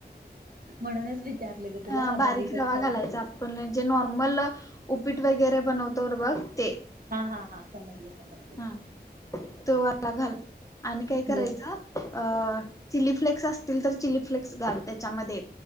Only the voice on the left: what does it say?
हा बारीक
रवा
घालायचा
आपण जे नॉर्मल उपीट वगैरे बनवतो बघ ते.
हा तो वाला घाल आणि काय करायचं?
अ चिली फ्लेक्स असतील तर चिली फ्लेक्स घाल त्याच्यामध्ये